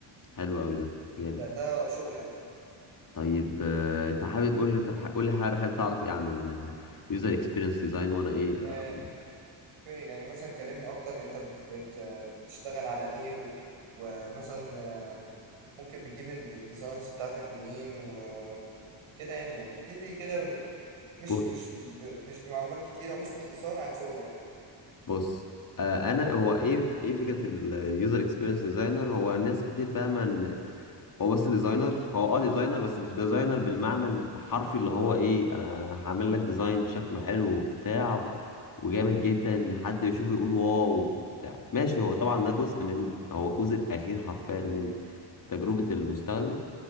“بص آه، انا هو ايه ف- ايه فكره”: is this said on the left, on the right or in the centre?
Left